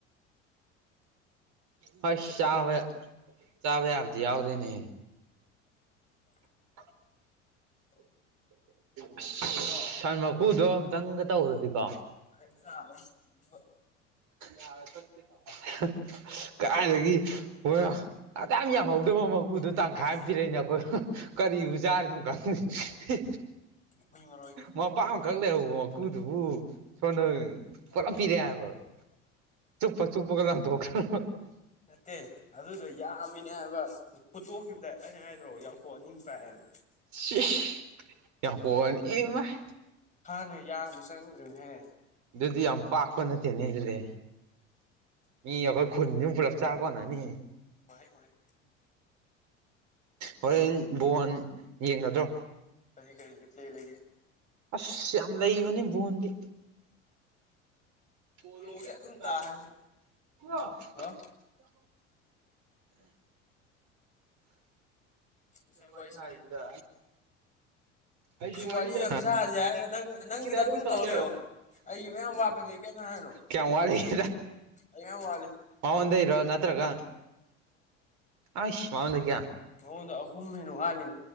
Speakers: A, on the right; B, on the left.
A: ꯍꯩꯁ ꯆꯥꯕ ꯆꯥꯕ ꯌꯥꯕꯗꯤ ꯌꯥꯎꯔꯦꯅꯦ <inaudible> ꯑꯁ ꯁꯟ ꯃꯀꯨꯗꯣ ꯑꯝꯇꯪꯒ ꯇꯧꯔꯗꯤꯀꯣ
B: ꯀꯩ ꯆꯥꯑꯔꯣꯏ ꯃꯀꯨꯒ
A: ꯌꯥꯒ ꯇꯠꯀꯦ ꯇꯧꯏ ꯀꯔꯥꯏꯗꯒꯤ ꯍꯣꯏ ꯑꯗꯥꯝ ꯌꯥꯝꯍꯧꯗꯕ ꯃꯀꯨꯗꯣ ꯇꯪꯈꯥꯏ
B: ꯑꯣꯏꯔꯝꯒꯅꯤ
A: ꯑꯝ ꯄꯤꯔꯛꯏꯅꯦ ꯑꯩꯈꯣꯏ ꯍꯨꯝ ꯀꯔꯤꯕꯨ ꯆꯥꯔꯤꯅꯣ ꯈꯪꯗꯦ ꯍꯤ
B: ꯍꯨꯏ ꯃ
A: ꯃꯄꯥꯛ ꯑꯃꯈꯛ ꯂꯩꯍꯧꯕ ꯃꯀꯨꯗꯨꯕꯨ ꯁꯣꯝꯗ ꯄꯨꯂꯞ ꯄꯤꯔꯛꯑꯦ ꯍꯥꯏꯕ <inaudible> ꯆꯨꯞꯄꯒ ꯂꯪꯊꯣꯛꯈ꯭ꯔꯕ
B: ꯅꯠꯇꯦ ꯑꯗꯨꯗꯣ ꯌꯥꯝꯃꯤꯅꯦ ꯍꯥꯏꯕ ꯐꯨꯠꯇꯣꯛꯈꯤꯕ ꯑ ꯑꯩꯅ ꯍꯥꯏꯗ꯭ꯔꯣ ꯌꯥꯝ ꯀꯣ ꯅꯤꯡ ꯄꯥꯛꯑꯦꯅ
A: ꯁꯤꯁ ꯌꯥꯝ ꯀꯣꯕꯔꯅꯤ ꯏꯃꯥꯏ
B: ꯊꯥꯡꯅ ꯌꯥꯟꯕꯁꯨ ꯆꯡꯗ꯭ꯔꯦꯍꯦ
A: ꯑꯗꯨꯗꯤ ꯌꯥꯝ ꯄꯥꯛꯄ ꯅꯠꯇꯦꯅꯦ ꯑꯗꯨꯗꯤ ꯃꯤ ꯑꯩꯈꯣꯏ ꯈꯨꯜꯁꯤ ꯄꯨꯂꯞ ꯆꯥ ꯀꯣꯅꯥꯅꯤ
B: ꯃꯍꯩ ꯃꯍꯩ
A: ꯍꯣꯔꯦꯟ ꯕꯣꯟ ꯌꯦꯡꯒꯗ꯭ꯔꯣ
B: ꯀꯔꯤ ꯀꯔꯤꯒꯤ ꯄ꯭ꯂꯦ ꯂꯩꯒꯦ
A: ꯑ ꯌꯥꯝ ꯂꯩꯕꯅꯤ ꯕꯣꯟꯗꯤ <unintelligible>
B: ꯄꯣꯂꯣꯁꯦ ꯑꯗꯨꯝ ꯇꯥꯍꯜꯂꯦ ꯍꯥ ꯉꯁꯥꯏ
A: ꯋꯥꯔꯤ
B: ꯁꯥꯔꯤꯗꯨꯗ
A: ꯁꯥꯏꯁꯤꯗ ꯑꯩꯁꯨ
B: ꯋꯥꯔꯤ
A: ꯋꯥꯔꯤꯗ
B: ꯌꯥꯝ ꯁꯥꯁꯦ ꯍꯥꯏꯔꯒ ꯅꯪ ꯅꯪꯒꯤꯗ
A: ꯑꯗꯨꯝ <unintelligible> ꯇꯧꯪꯂꯩꯌꯣ
B: ꯇꯧ ꯂꯩꯌꯣ ꯑꯩꯒꯤ ꯃꯌꯥꯝ ꯋꯥꯠꯄꯗꯩ ꯀꯩꯝ ꯍꯥꯏꯔꯅꯨ
A: ꯀꯌꯥ ꯋꯥꯜꯂꯤ <unintelligible>
B: ꯑꯩ ꯃꯌꯥꯝ ꯋꯥꯠꯂꯤ
A: ꯃꯥꯑꯣꯟꯗꯩꯔꯣ ꯅꯠꯇ꯭ꯔꯒ ꯑꯁ ꯃꯥꯎꯣꯟꯗꯒꯤ
B: ꯃꯑꯣꯟꯗ ꯑꯍꯨꯝ ꯍꯦꯟꯅ ꯋꯥꯠꯂꯤ